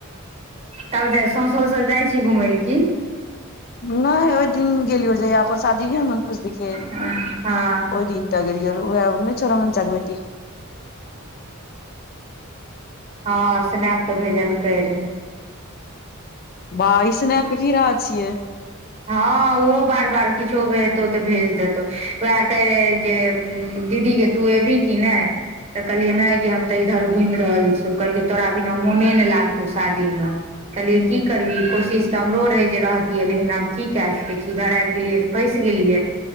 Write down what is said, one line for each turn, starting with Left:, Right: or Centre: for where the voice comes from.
Right: तब जा सौउसोस जाइ छी घूमय लए की
Left: नहि ओहि दिन गेलियो ओ जे अकर शादी रहय न खुशी के
Right: हँ हँ
Left: ओहि दिन गेलियरहे ओए नहि रोहण चच्चा के बेटी
Right: हाँ स्नैप तऽ भेजलकै रहए
Left: बा स्नेप हीरा छियै
Right: हाँ ओहो बार बार किछो भेजतौ तऽ भेज देतहु वएह कहै रहे जे दीदी के तू अबही कि नहि तऽ कहलियै नहि कि हम तऽ इधर घुमि रहल छियौ कहलकै तोरा बिना मोने नहि लागतौ शादी में कलियए
Left: हूँ
Right: की करबी कोशिश तऽ हमरो रहे जे रहतियै लेकिन आब की क सकै छी इधर आबि गेलियै तऽ फसि गेलियै